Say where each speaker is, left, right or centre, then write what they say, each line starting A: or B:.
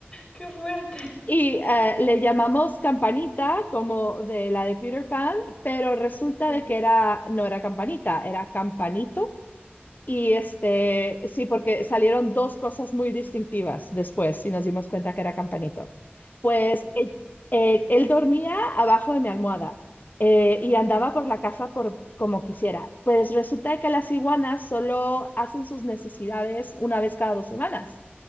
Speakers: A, on the left; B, on the left.
A: ¡Qué fuerte!
B: Y eh, le llamamos Campanita como de la de Peter Pan, pero resulta
A: sí,
B: de que era, no era Campanita, era Campanito. Y este, sí, porque salieron dos cosas muy distintivas después y nos dimos cuenta que era Campanito. Pues eh, eh, él dormía abajo de mi almohada eh, y andaba por la casa por como quisiera. Pues resulta que las iguanas solo hacen sus necesidades una vez cada dos semanas.